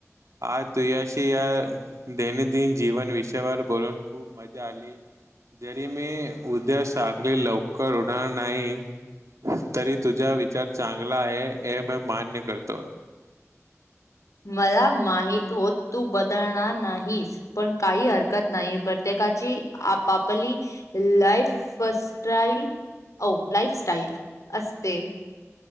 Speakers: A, on the right; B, on the left.
A: आ तु अशी या दैनंदिन जीवन विषयावर बोलून खूप मजा आली. जरी मी उद्या साखली लवकर होणार नाही तरी तुझा विचार चांगला आहे हे मी मान्य करतो ह
B: मला माहित हो तू बदलणार नाहीस पण काही हरकत नाही प्रत्येक ची आपपली लाईफ सटाईल लाईफस्टाईल असते